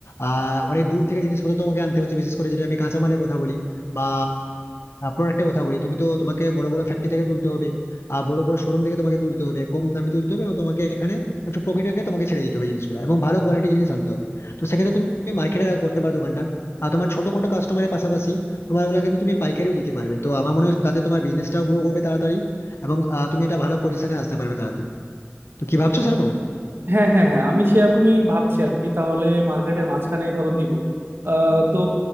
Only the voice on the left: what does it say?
আহ অনেক দূর থেকে জিনিসপত্র তোমাকে আনতে হচ্ছে বিশেষ করে যদি আমি কাঁচামালের কথা বলি বা প্রোডাক্টের কথা বলি তুমি তো তোমাকে বড় বড় ফ্যাক্টরি থেকে তুলতে হবে আর বড় বড় শোরুম থেকে তোমাকে তুলতে হবে কম দামে তুলতে হবে ও তোমাকে এখানে একটু প্রফিট রেখে তোমাকে ছেড়ে দিতে হবে জিনিসগুলো এবং ভালো কোয়ালিটি জিনিস আনতে হবে তো সেক্ষেত্রে তুমি মার্কেটে করতে পারো দোকানটা আর তোমার ছোটখাটো কাস্টমারের পাশাপাশি তোমার ওগুলা কিন্তু তুমি পাইকারিও দিতে পারবে তো আমার মনে হয় তাতে তোমার বিজনেসটাও গ্রো করবে তাড়াতাড়ি এবং আহ, তুমি এটা ভালো পজিশনে আসতে পারবে তাড়াতাড়ি তো কি ভাবছো সেরকম